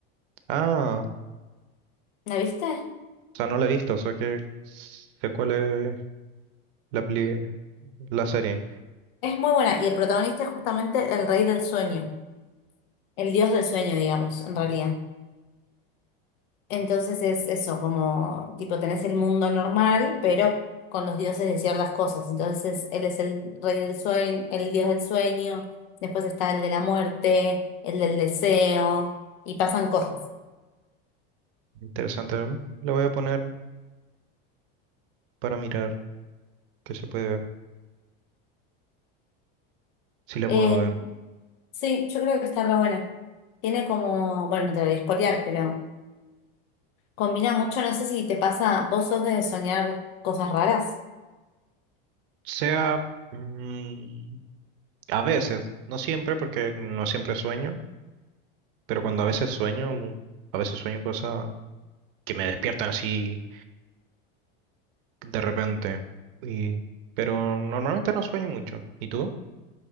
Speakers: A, on the right (about 65°); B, on the left (about 70°).
A: Ah,
B: ¿La viste?
A: o sea, no la he visto, o sea que sé cuál es la peli, la serie.
B: Es muy buena y el protagonista es justamente el rey del sueño, el dios del sueño, digamos, en realidad. Entonces es eso, como tipo tenés el mundo normal, pero con los dioses de ciertas cosas. Entonces él es el rey del sueño, el dios del sueño, después está el de la muerte, el del deseo y pasan cosas.
A: Interesante. ¿no? La voy a poner para mirar que se puede ver, si la
B: Eh,
A: puedo ver.
B: sí, yo creo que está re buena. Tiene como, bueno, no te lo voy a spoilear, pero Combina mucho, no sé si te pasa, vos sos de soñar cosas raras.
A: Sea mm, a veces, no siempre, porque no siempre sueño Pero cuando a veces sueño, a veces sueño cosas que me despiertan así de repente. Y, pero normalmente no sueño mucho. ¿Y tú?